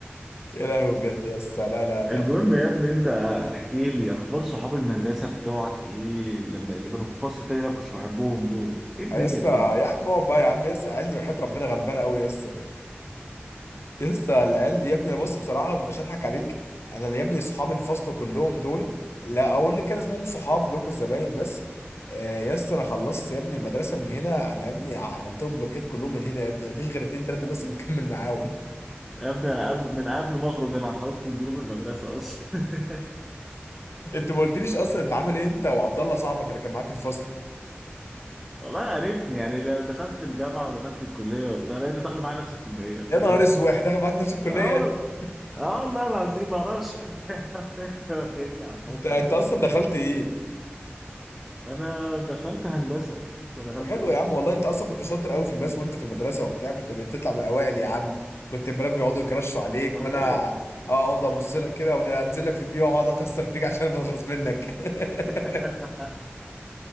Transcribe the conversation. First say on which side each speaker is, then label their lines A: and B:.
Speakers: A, on the left; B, in the centre.
A: يا لهوي بجد يا اسطى لا لا لا
B: المهم يا ابني انت احكي لي اخبار صحاب المدرسه بتوعك ايه لما اللي كانوا في الفصل التاني اللي انا ما كنتش بحبهم دول ايه الدنيا
A: يا اسطى
B: فيهم
A: يا عم اقعد بقى يا عم يا اسطى العيال دي وحياة ربنا غلبانه قوي يا اسطى لسه العيال دي يا ابني انا بص بصراحه مش هضحك عليك انا اللي يا ابني صحاب الفصل كلهم دول لا اقول اللي كان اسمهم صحاب اللي هم الزمايل بس آه يا اسطى انا خلصت يا ابني المدرسه من هنا انا يا ابني عملتهم بلوكات كلهم من هنا يا ابني مفيش غير اتنين تلاته بس مكمل معاهم <laughs>
B: يا ابني انا قبل من قبل ما اخرج انا خرجت من جروب المدرسه اصلا
A: انت ما قلتليش اصلا انت عامل ايه انت وعبد الله صاحبك اللي كان معاك في الفصل
B: <laughs> والله عرفني يعني لا دخلت الجامعه ودخلت الكليه وبتاع لقيته داخل معايا نفس الكليه فاهم
A: يا نهار اسود داخل معاك نفس الكليه
B: اه وال-
A: <laughs>
B: اه والله العظيم ما اعرفش <laughs> انت واخدني على الحب
A: انت انت
B: ده ولا
A: اصلا
B: ايه
A: دخلت ايه
B: انا دخلت هندسه انت دخلت
A: طب حلو
B: ايه
A: يا عم والله انت اصلا كنت شاطر قوي في الماس وانت في المدرسه وبتاع كنت بتطلع من الاوائل يا عم كنت البنات بيقعدوا يكرشوا عليك
B: والله
A: وانا اقعد ابص لك كده وانزل لك في البيئه واقعد اكسر فيك عشان بنغص منك
B: <laughs>
A: <laughs>